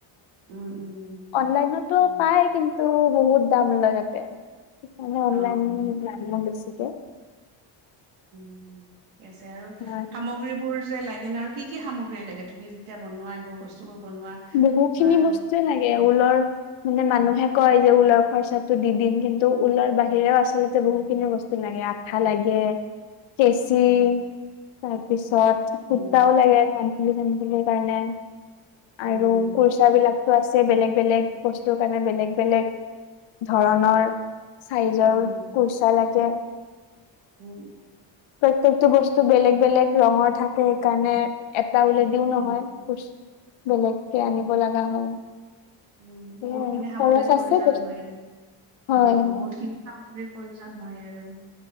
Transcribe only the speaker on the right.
উম, উম, উম।
উম,
অ',
অ',
<inaudible> আছে আৰু
সামগ্ৰীবোৰ যে লাগে <unintelligible> আৰু কি কি সামগ্ৰী লাগে তুমি যেতিয়া বনোৱা এইোৰ বস্তুবোৰ? বনোৱা
বা
উম,
উম,
উম,
উম,
উম, উম,
উ
বহুত
খিনি সামগ্ৰীৰ
প্ৰয়োজন
ব অ
বহুত খিনি সামগ্ৰীৰ প্ৰয়োজন হয় আৰু।